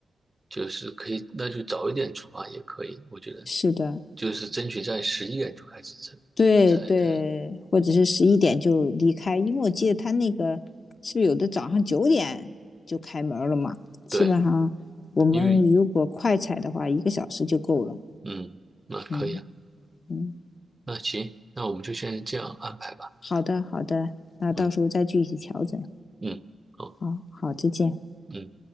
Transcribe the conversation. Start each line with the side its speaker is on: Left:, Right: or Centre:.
Right: 就是可以，那就早一点出发也可以，我觉得
Left: 是的。
Right: 就是争取在十一点就开始
Left: 对对，
Right: 才才才
Left: 或者是十一点就离开，因为我记得他那个是不是有的早上九点就开门了嘛？基本上我们如果快踩的话，
Right: 对，因为
Left: 一个小时就够了。
Right: 嗯，那可以啊。
Left: 嗯嗯，
Right: 那行，那我们就先这样安排吧。
Left: 好的好的，那到时候再具体调整。
Right: 嗯嗯。好。
Left: 好好，再见。
Right: 嗯。